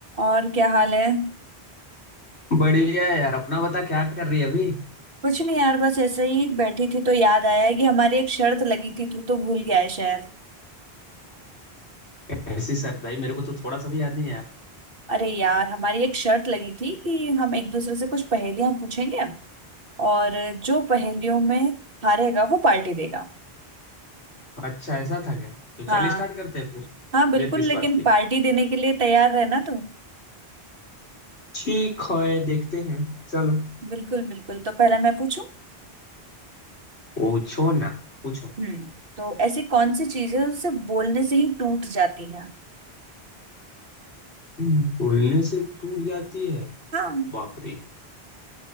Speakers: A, on the right; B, on the left.
A: और क्या हाल है
B: बढ़िया है यार अपना बता क्या कर रही है अभी
A: कुछ नहीं यार बस ऐसे ही बैठी थी तो याद आया है कि हमारी एक शर्त लगी थी तू तो भूल गया है शायद
B: ऐसी सर भाई मेरे को तो थोड़ा सा भी याद नहीं है यार
A: अरे यार हमारी एक शर्त लगी थी कि हम एक दूसरे से कुछ पहेलियां पूछेंगे और जो पहेलियों में हारेगा वो पार्टी देगा
B: अच्छा ऐसा था क्या तो
A: हाँ
B: चल स्टार्ट करते हैं फिर
A: हाँ बिल्कुल
B: देर किस
A: लेकिन
B: बात की
A: पार्टी देने के लिए तैयार रहना तू
B: ठीक है देखते हैं चलो
A: बिल्कुल बिल्कुल तो पहला मैं पूछूं
B: पूछो ना पूछो
A: हम्म तो ऐसी कौन सी चीजें उसे बोलने से ही टूट जाती है
B: बोलने से टूट जाती है
A: हाँ
B: बाप रे